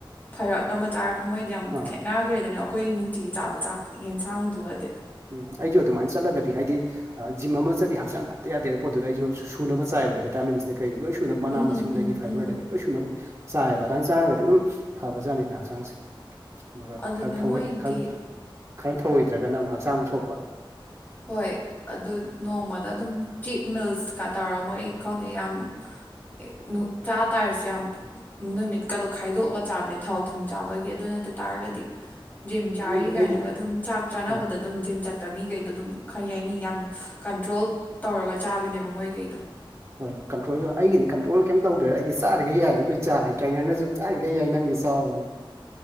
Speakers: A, on the left (about 20°); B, on the right (about 30°).
A: ꯐꯔꯛꯅꯕ ꯆꯥꯔꯛꯄ ꯃꯣꯏꯗꯤ ꯌꯥꯝ
B: ꯑꯥ
A: ꯈꯦꯠꯅ ꯒꯔ‌ꯦꯗꯅ ꯑꯈꯣꯏ ꯅꯨꯡꯇꯤꯒꯤ ꯆꯥꯕ ꯆꯥꯛ ꯌꯦꯟꯁꯥꯡꯗꯨꯒꯗꯤ
B: ꯎꯝ ꯑꯩꯖꯨ ꯑꯗꯨꯃꯥꯏꯟ ꯆꯠꯂꯒꯗꯤ ꯍꯥꯏꯗꯤ ꯑꯥ ꯖꯤꯝ ꯑꯃꯥ ꯆꯠꯂꯤ ꯍꯛꯆꯥꯡ ꯐꯠꯇ ꯌꯥꯗꯦꯕ ꯍꯥꯏꯕ ꯄꯣꯠꯇꯨꯗ ꯑꯩꯖꯨ ꯁꯨꯅꯕ ꯆꯥꯏꯕ ꯚ‌‌ꯦꯇꯥꯃꯤꯟꯁꯇꯩ ꯀꯩꯗꯩ ꯂ‌ꯣꯏ ꯁꯨ ꯀꯨꯏꯅ ꯃꯅꯥ
A: ꯎꯝ
B: ꯃꯁꯤꯡꯗꯒꯤ
A: ꯎꯝ ꯎꯝ
B: ꯐꯥꯏꯕꯔꯗꯒꯤ
A: ꯎꯝ
B: ꯂꯣꯏ ꯁꯨꯅꯕꯛ ꯆꯥꯏꯌꯦꯕ ꯑꯗꯥꯏꯟ ꯆꯥꯔꯒꯗꯤ ꯑꯗꯨꯝ ꯐꯕꯖꯥꯠꯅꯤꯗ ꯍꯛꯆꯥꯡꯁꯦ ꯑꯗꯨꯒ
A: ꯑꯗꯨꯅꯦ
B: ꯈꯔ ꯊꯧꯋ‌ꯣꯏ
A: ꯃꯣꯏꯗꯤ
B: ꯈꯔ ꯈꯔ ꯊꯧꯑꯣꯏꯗ꯭ꯔꯒꯅ ꯑꯃꯨꯛ ꯍꯛꯆꯥꯡ ꯁꯣꯛꯄ
A: ꯍꯣꯏ ꯑꯗꯨ ꯅꯣꯡꯃꯗ ꯑꯗꯨꯝ ꯆꯤꯠ ꯃꯤꯜꯁꯀ ꯇꯧꯔ ꯃꯣꯏ ꯑꯩ ꯈꯪꯗꯦ ꯌꯥꯝ ꯑꯦ ꯅꯨ ꯆꯥ ꯇꯥꯔꯁꯨ ꯌꯥꯝ ꯅꯨꯃꯤꯠꯀꯗꯣ ꯈꯥꯏꯗꯣꯑꯒ ꯆꯥꯕꯅꯦ ꯊꯥꯎ ꯊꯨꯝ ꯆꯥꯕꯒꯤ ꯑꯗꯨ ꯅꯠꯇ ꯇꯥꯔꯒꯗꯤ ꯖꯤꯝ ꯆꯥꯔꯤ
B: ꯑꯩꯉꯣꯟꯗ
A: ꯀꯥꯏꯅꯒ
B: ꯑꯩꯗꯤ
A: ꯑꯗꯨꯝ ꯆꯥꯛ ꯆꯥꯅꯕꯗ
B: ꯑ
A: ꯗꯨꯝ ꯖꯤꯝ ꯆꯠꯄ ꯃꯤ ꯒꯩꯗꯣ ꯗꯨꯝ ꯈꯩ ꯍꯥꯏꯅꯤ ꯌꯥꯝ ꯀꯟꯇ꯭ꯔꯣꯜ ꯇꯧꯔꯒ ꯆꯥꯕꯅꯦꯕ ꯃꯣꯏꯒꯩꯗꯣ
B: ꯍꯣꯏ ꯀꯟꯇ꯭ꯔꯣꯜꯒ ꯑꯩꯒꯤꯗꯤ ꯀꯟꯇ꯭ꯔꯣꯜꯒ ꯀ‌ꯌ‌ꯦꯝ ꯇꯧꯗ꯭ꯔꯦꯗ ꯑꯩꯗꯤ ꯆꯥꯔꯤꯒꯩ ꯌꯥꯏ ꯂꯣꯏ ꯆꯥꯔꯦ ꯇ꯭ꯔꯦꯅꯔꯅꯖꯨ ꯆꯥꯔꯤꯒꯩ ꯌꯥꯏ ꯅꯪꯗꯤ ꯆꯥꯋ‌ꯣꯅ